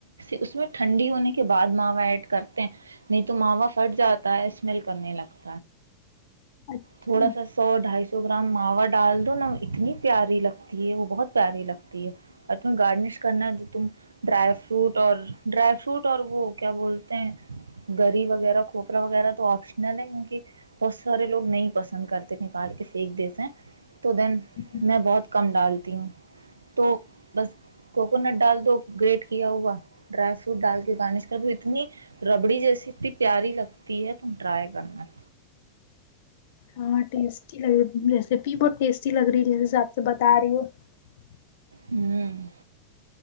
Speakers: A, on the right; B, on the left.
A: اس میں ٹھنڈی ہونے کے بعد ماوا ایڈ کرتے ہیں نہیں تو ماوا پھٹ جاتا ہے اسمیل کرنے لگا <unintelligible> <inaudible>
B: اچھا
A: تھوڑا سا سو ڈھائی سو <unintelligible> گرام ماوا ڈال دو نا اتنی پیاری لگتی ہے وہ بہت پیاری لگتی ہے اور تمہیں گارڈنش کرنا ہے جو تم ڈرائی فروٹ اور ڈرائی فروٹ اور وہ کیا بولتے ہیں گری وغیرہ کھوپرا وغیرہ تو آپشنل ہے کیکہ <unintelligible> کہ بہت سارے لوگ نہیں پسند کرتے نکال کے پھینک دیتے تو دین
B: ہوں،
A: میں بہت کم ڈالتی ہوں تو بس کوکونٹ ڈال تو گریٹ کیا ہوا ڈرائی فروٹ ڈال کے گارنش کر بھی اتنی ربڑی جیسی اتنی پیاری لگتی ہے تم ڈرائی ج <unintelligible>
B: ہاں ٹیسٹی لگ رہی ریسیپی بہت ٹیسٹی لگ رہی جیسےس آاب سے بتا رہی ہو <unintelligible>
A: ہوں <unintelligible>